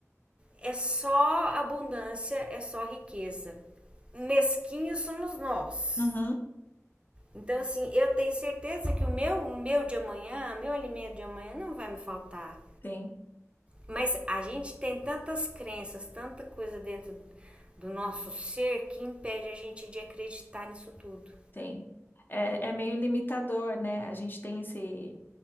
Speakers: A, on the right; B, on the left.
A: é só abundância, é só riqueza. Mesquinhos somos nós.
B: Uhum.
A: Então assim, eu tenho certeza que o meu o meu de amanhã, meu alimento de amanhã não vai me faltar.
B: sim,
A: Mas a gente tem tantas crenças, tanta coisa dentro do nosso ser que impede a gente de acreditar nisso tudo.
B: sim. É, é meio limitador, né? A gente tem esse,